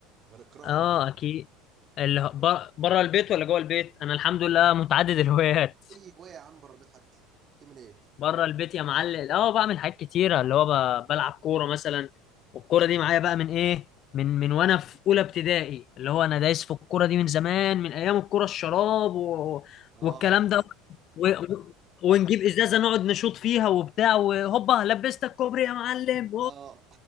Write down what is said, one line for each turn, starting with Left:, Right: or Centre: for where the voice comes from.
Right: غير القراءه
Left: اه
Right: عموما
Left: اكيد اللي هو- ب- بره البيت ولا جوه البيت انا الحمد لله متعدد الهوايات
Right: اي هوايه يا عم بره البيت حتى بتعمل ايه
Left: بره البيت يا معلم اه بعمل حاجات كتيره اللي هو ب- بلعب كوره مثلا والكوره دي معايا بقى من ايه من من وانا في اولى ابتدائي اللي هو انا دايس في الكوره دي من زمان من ايام الكوره الشراب و...
Right: اه
Left: والكلام ده و... و... ونجيب ازازه نقعد نشوط فيها وبتاع وهوبا لبستك كوبري يا معلم
Right: اه <laughs>